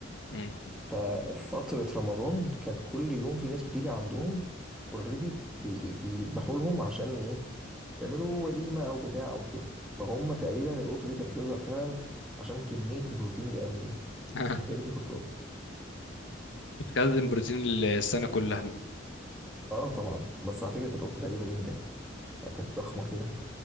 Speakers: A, on the left; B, in the centre.
A: مم.
B: ففترة رمضان كانت كل يوم في ناس بتيجي عندهم اوريدي بيذبحوا لهم عشان ايه يعملوا وليمة او بتاع او كده فهم تقريبا القطة دي كانت بتظهر فعلا عشان كمية البروتين الايام دي
A: <laughs>
B: يا ريتني كنت قطة
A: بتخزن بروتين السنه كلها
B: اه طبعا بس على فكرة كانت قطة غريبة جدا يعني كانت ضخمة كده